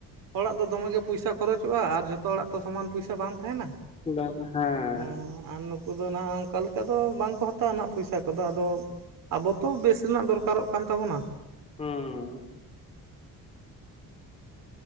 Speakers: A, on the right; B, on the left.
A: ᱦᱚᱲᱟᱜ ᱫᱚ ᱫᱚᱢᱮ ᱜᱮ ᱯᱚᱭᱥᱟ ᱠᱷᱚᱨᱚᱪᱚᱜ-ᱟ ᱟᱨ ᱡᱷᱚᱛᱚ ᱦᱚᱲᱟᱜ ᱛᱚ ᱥᱚᱢᱟᱱ ᱯᱚᱭᱥᱟ ᱵᱟᱝ ᱛᱟᱦᱮᱱᱟ
B: ᱵᱟᱝ ᱦᱮᱸ
A: ᱦᱚᱸᱻ ᱟᱨ ᱩᱱᱠᱩᱫᱚ ᱱᱟᱦᱟᱜ ᱚᱱᱠᱟ ᱞᱮᱠᱟ ᱫᱚ ᱵᱟᱝᱠᱚ ᱦᱟᱛᱟᱣᱟ ᱱᱟᱦᱟᱜ ᱯᱚᱭᱥᱟ ᱠᱚᱫᱚ ᱟᱫᱚ ᱟᱵᱚ ᱛᱚ ᱵᱮᱥ ᱨᱮᱱᱟᱜ ᱫᱚᱨᱠᱟᱨᱚᱜ ᱠᱟᱱ ᱛᱟᱵᱚᱱᱟ᱾
B: ᱦᱚᱸᱻ